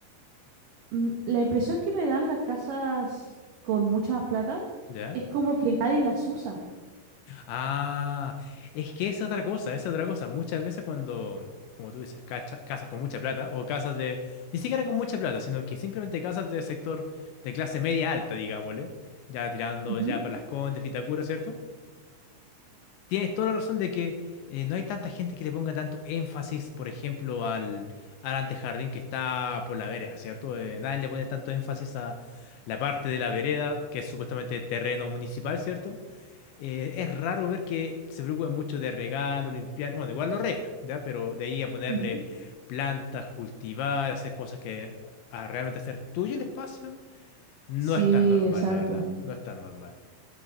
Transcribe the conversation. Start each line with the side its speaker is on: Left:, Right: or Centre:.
Right: mm, la impresión que me dan las casas con mucha más plata
Left: ¿Ya?
Right: es como que nadie las usa.
Left: Ah, es que es otra cosa, es otra cosa. Muchas veces cuando, como tú dices, cacha- casas con mucha plata o casas de, ni siquiera con mucha plata, sino que simplemente casas del sector de clase media alta, digámosle, ya tirando
Right: Ujú,
Left: ya para Las Condes, Vitacura, ¿cierto? Tienes toda la razón de que eh, no hay tanta gente que le ponga tanto énfasis, por ejemplo, al, al antejardín que está por la vereda, ¿cierto? Eh, nadie le pone tanto énfasis a la parte de la vereda, que es supuestamente terreno municipal, ¿cierto? Eh, es raro ver que se preocupen mucho de regalo, limpiar. Bueno, igual lo regan, ¿ya? Pero de ahí a ponerle
Right: ujú, ujú.
Left: plantas, cultivar, hacer cosas que a realmente hacer tuyo el espacio, no
Right: Sí,
Left: es tan normal,
Right: exacto.
Left: la verdad. No es tan normal.